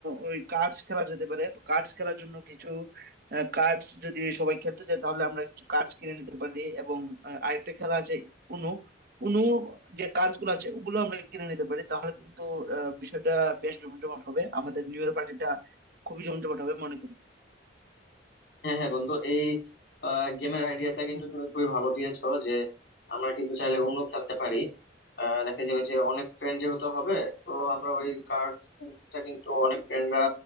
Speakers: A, on the right (about 50°); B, on the left (about 55°).
A: ওই কার্ডস খেলা যেতে পারে তো কার্ডস খেলার জন্য কিছু কার্ডস যদি সবাই খেলতে চায় তাহলে আমরা কিছু কার্ডস কিনে নিতে পারি এবং আহ, আরেকটা খেলা আছে উনু উনু যে কার্ডস গুলো আছে ওগুলো আমরা কিনে নিতে পারি তাহলে কিন্তু আহ, বিষয়টা বেশ জমজমাট হবে আমাদের নিউ ইয়ার পার্টিটা খুবই জমজমাট হবে মনে করি
B: হ্যাঁ হ্যাঁ বন্ধু এই গেমের আইডিয়াটা কিন্তু তুমি খুবই ভালো দিয়েছো যে আমরা কিন্তু চাইলে অন্য খেলতে পারি আহ, দেখা যাবে যে অনেক ফ্রেন্ড যেহেতু হবে তো আমরা ওই কার্ডটা কিন্তু অনেক ফ্রেন্ডরা